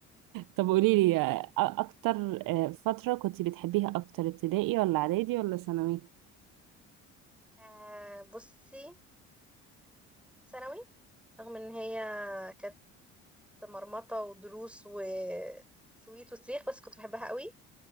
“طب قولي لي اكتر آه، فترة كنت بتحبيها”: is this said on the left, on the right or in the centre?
Right